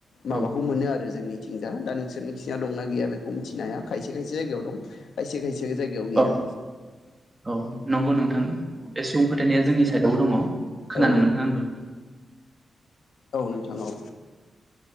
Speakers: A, on the left (about 75°); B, on the right (about 20°).
A: माबाखौ
B: औ
A: मोनो आरो जोंनि थिंजा दा नोंसोरनिथिंजा दंना गैया बे बुंथिनो हाया खायसे खायसे जायगायाव दं खायसे खायसे बे जायगायाव गैया।
B: औ औ नंगौ नोंथां बे सुबुं फोथायनाया जोंनि साइडआवबो दंङ। खोनानो
A: औ
B: मोनदों आंबो
A: औ नोंथां औ।